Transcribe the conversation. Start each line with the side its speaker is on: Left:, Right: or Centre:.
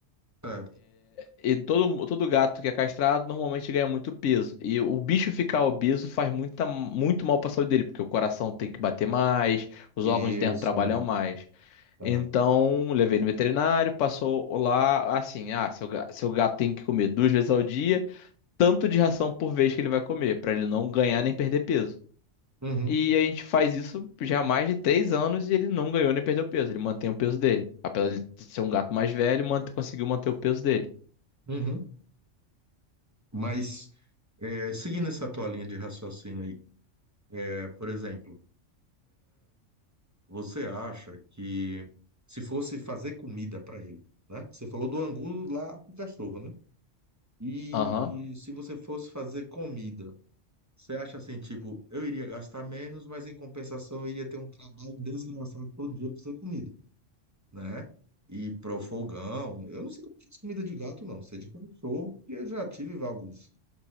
Right: Certo.
Left: E todo, todo gato que é castrado normalmente ganha muito peso. E o bicho ficar obeso faz muita, muito mal para a saúde dele, porque o coração tem que bater mais, os
Right: Isso.
Left: órgãos internos trabalham mais.
Right: Tá.
Left: Então, levei no veterinário, passou lá assim: ah, seu, ga- seu gato tem que comer duas vezes ao dia, tanto de ração por vez que ele vai comer, para ele não ganhar nem perder peso.
Right: Uhum,
Left: E a gente faz isso já há mais de três anos e ele não ganhou nem perdeu peso, ele mantém o peso dele. Apesar de ser um gato mais velho, mant- conseguiu manter o peso dele.
Right: uhum. Mas, é, seguindo essa tua linha de raciocínio aí, é, por exemplo, você acha que se fosse fazer comida para ele, né? Você falou do angu lá pro cachorro, né? E
Left: Aham.
Right: se você fosse fazer comida, Você acha assim, tipo, eu iria gastar menos, mas em compensação eu ia ter um trabalho desgraçado todo dia pra fazer comida, né? E pro fogão, eu não sei como faz comida de gato, não, sei de cachorro, porque eu já tive alguns.